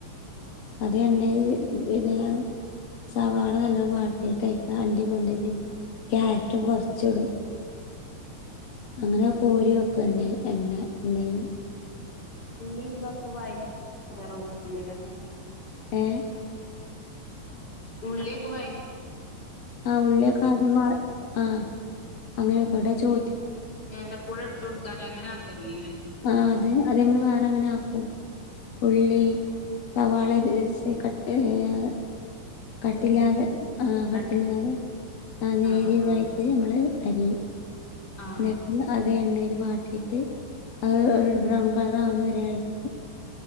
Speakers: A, on the left; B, on the left.
A: ആഹ് ആഹ്
B: പിന്ന സവാള നല്ലോണം വാട്ടീട്ട് <inaudible> ക്യാരറ്റും കുറച്ച് ച്ചിടും അങ്ങനെകോരി വെക്കും എണ്ണേ എണ്ണ എണ്ണേന്ന്
A: ഉള്ളി ഇതൊക്കെ വഴറ്റി വേറെ വെക്കൂലേ അങ്ങനെ
B: ഏ
A: ഉള്ളിക്കെ വായ്
B: ആ ഉള്ളിയൊക്കെ ആദ്യം വ ആഹ അങ്ങനെ ഇവിടെ ചോ
A: ഏലപ്പുഴ ഇട്ടൊട്ക്കാഞാ <unintelligible>
B: ആ അത് അത് നമ്മള് വേറെ അങ്ങനെ ആക്കും ഉള്ളി സവാള <unintelligible> കട്ടില്ലാതെ
A: മുന്തിരി
B: ആ കട്
A: അണ്ടി
B: പില്ലാതെ ആ നേരിയതായിട്ട്
A: ആഹ് ആഹ്
B: നമ്മള് അരിയും
A: ആഹ്
B: <unintelligible> എണ്ണയില് വിട്ടിട്ട് അത് അവരോട് ബ്രൗൺ കളറാവുന്ന വരെ എളക്കും